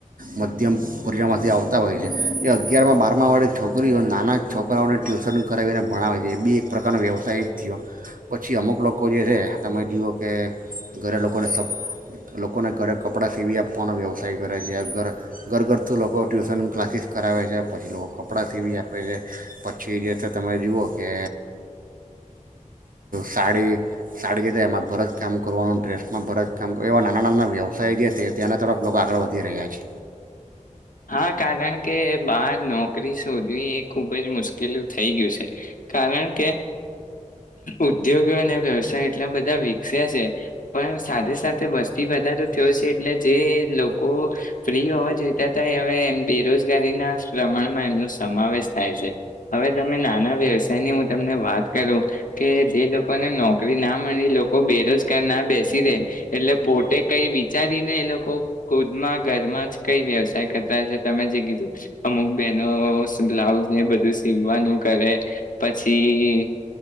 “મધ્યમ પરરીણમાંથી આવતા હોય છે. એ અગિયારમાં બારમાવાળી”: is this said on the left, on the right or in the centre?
Right